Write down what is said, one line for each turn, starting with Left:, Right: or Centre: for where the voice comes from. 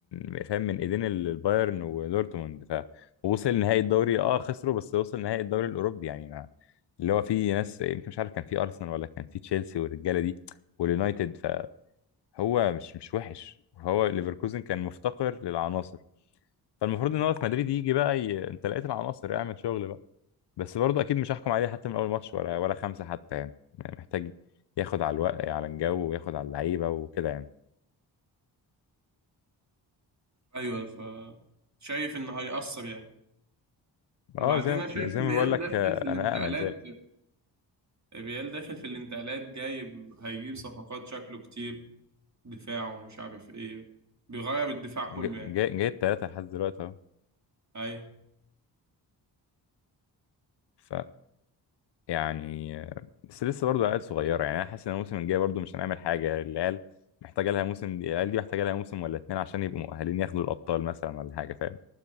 Left: من فاهم من ايدين ال- البايرن ودورتموند ف ووصل نهائي الدوري اه خسروا بس وصل نهائي الدوري الاوروبي يعني ما... اللي هو فيه ناس يمكن مش عارف كان فيه ارسنال ولا كان فيه تشيلسي والرجاله دي واليونايتد فهو مش مش وحش هو ليفركوزن كان مفتقر للعناصر فالمفروض ان هو في مدريد يجي بقى ي... انت لقيت العناصر اعمل شغل بقى. بس برضه اكيد مش هحكم عليه حتى من اول ماتش ولا ولا خمسه حتى يعني يعني محتاج ياخد على الوقت على الجو وياخد على اللعيبه وكده يعني
Right: ايوه ف شايف انه هيأثر يعني وبعدين
Left: اه زي
Right: انا شايف
Left: زي ما
Right: ريال
Left: بقول لك
Right: داخل
Left: آه،
Right: في الانتقالات
Left: انا امل ذلك
Right: ريال داخل في الانتقالات جايب هيجيب صفقات شكله كتير دفاعه ومش عارف ايه بيغير الدفاع
Left: جا-
Right: كله
Left: جا-
Right: يعني
Left: جايب ثلاثه لحد دلوقتي اهو
Right: ايوه
Left: ف يعني آه، بس لسه برضه عيال صغيره يعني انا حاسس ان الموسم الجاي برضه مش هنعمل حاجه العيال محتاجه لها موسم العيال دي محتاجه لها موسم ولا اتنين عشان يبقوا مؤهلين ياخدوا الابطال مثلا ولا حاجه فاهم